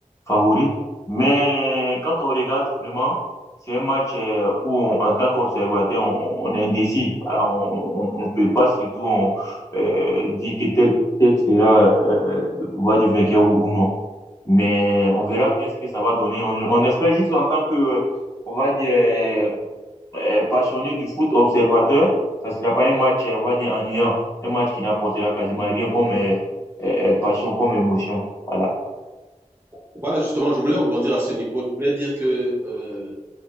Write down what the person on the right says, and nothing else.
Voilà, justement, je voulais rebondir à ce niveau. Je voulais dire que euh,